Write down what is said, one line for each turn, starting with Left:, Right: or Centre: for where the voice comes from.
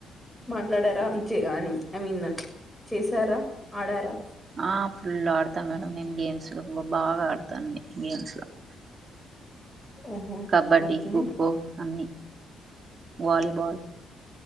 Centre: మాట్లాడారా ఐ మీన్ చేసారా ఆడారా
Right: ఆ <unintelligible>
Centre: ఓహో
Right: కబడ్డీ
Centre: ఓకే
Right: ఖోఖో అన్ని వాలీబాల్